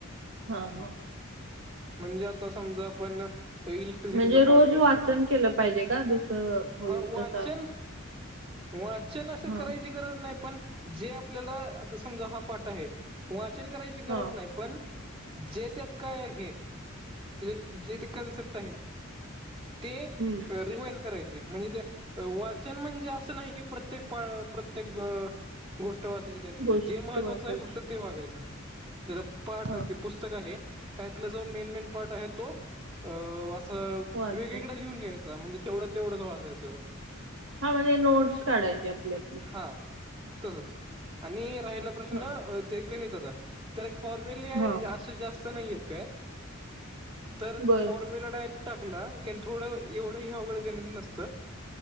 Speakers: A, on the right; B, on the right.
A: हा हा.
B: म्हणजे आप समजा आपण, इलेक्ट्रिसिटीचा
A: म्हणजे रोज
B: पार्ट घेतला
A: वाचन केलं पाहिजे का जसं होईल
B: हा वाचन.
A: तसा
B: <inaudible> वाचन असं
A: हां
B: करायची गरज नाही पण, जे आपल्याला आता समजा हा पाठ आहे. वाचन करायची गरज
A: हां
B: नाही पण, जे त्यात काय हे ते जे ते कन्सेप्ट आहेत ते.
A: हम्म.
B: रिवाइज करायची. म्हणजे ते, अ वाचन म्हणजे, असं नाही की प्रत्येक ब प्रत्येक. गोष्ट वाचायची त्यातली
A: गोष्ट
B: जे, महत्वाचं
A: वाचायची
B: आहे फक्त ते बगायचं. त्या पाठ
A: हां
B: पुस्त पुस्तकं आहे त्यातला जो मेन मेन पार्ट आहे. तो अ... असं.
A: वाचायची
B: वेगळी कडे लिहून घ्यायचा, म्हणजे तेवढं तेवढंच वाचायचं.
A: हा म्हणजे, नोट्स काढायचे आपली आपली.
B: हा तसंच आणि राहिला प्रश्न
A: हां
B: ते गणिताचा. तर फॉर्म्युली
A: हां
B: असे जास्त नाही येत काय, तर
A: बर
B: फॉर्म्युला डायरेक्ट. टाकला की थोडं एवढं हे, अवघडं गणित नसतं.